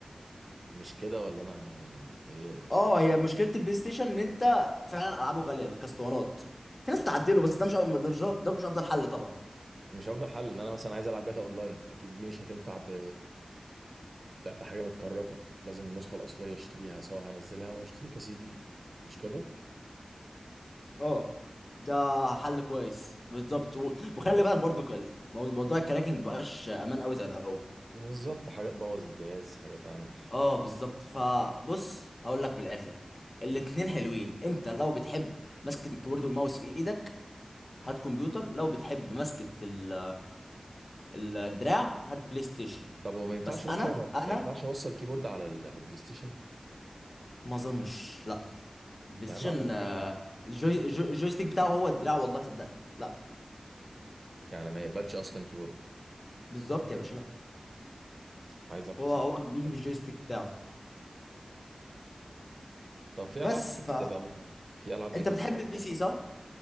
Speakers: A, on the right; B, on the left.
A: مش كده ولا انا بتهيألي ولا
B: اه
A: إيه؟
B: هي مشكله البلاي ستيشن ان انت فعلا العابه غاليه الكاستوانات في ناس بتعدله بس ده مش ده مش ده مش افضل حل طبعا
A: مش افضل حل ان انا مثلا عايز العب جاتا اونلاين اكيد دي مش هتنفع ب... ب- بحاجه متكركه لازم النسخه الاصليه اشتريها سواء هنزلها واشتري كاسيت دي مش كده
B: اه ده حل كويس بالظبط و- وخلي بالك برضو ك- موضوع الكراكنج مبقاش امان قوي زي الاول
A: بالظبط حاجه تبوظ الجهاز حاجه تعمل
B: اه بالظبط فبص هقول لك من الاخر الاتنين حلوين انت لو بتحب مسكة الكيبورد والماوس في ايدك هات كمبيوتر لو بتحب مسكة ال- الدراع هات بلاي ستيشن
A: طب هو ما ينفعش
B: بس
A: مثلا
B: انا انا
A: ما ينفعش اوصل كيبورد على ال... على البلاي ستيشن
B: ما اظنش لا البلاي
A: يا
B: ستيشن
A: عم اعتقد
B: آه، الجوي الجو- الجويستيك بتاعه هو الدراع والله صدقني لا
A: يعني ما يقبلش اصلا كيبورد
B: بالظبط يا باشا لا
A: عايز ابحث
B: هو هو
A: عن
B: بيجي
A: أو
B: بالجويستيك
A: أشوف.
B: بتاعه
A: طب في
B: بس
A: العاب جديده
B: فانت
A: بقى مثلا في العاب إيه
B: بتحب
A: جديده
B: البي
A: ممكن
B: سي
A: اجربها
B: صح